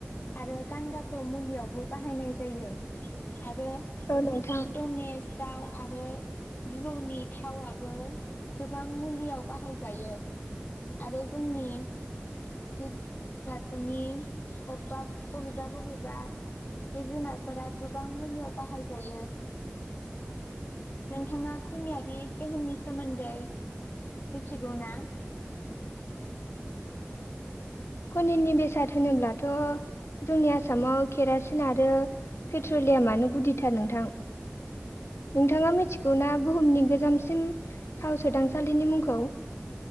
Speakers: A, on the left; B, on the left.
A: आरो गान्दाखौ मुलियावबो बाहायनाय जायो आरो
B: औ नोंथां
A: धनेस दाउ आरो जिबौनि थावआबो गोबां मुलियाव बाहायजायो। आरो जोंनि जिब जुनारफोरनि अबा बबेबा बबेबा जिब-जुनार फोरा गोबां मुलियाव बाहायजायो। नोंथाङा खनियारि दोहोननि सोमोन्दै मिथिगौ ना?
B: कनिननि बेसाद होनोब्लाथ' जोंनि आसामाव केरासिन आरो पेट्रलियामानो गुदिथार नोंथां नोंथाङा मिथिगौ ना बुहुमनि गोजामसिम थाव सोदांसालिनि मुंखौ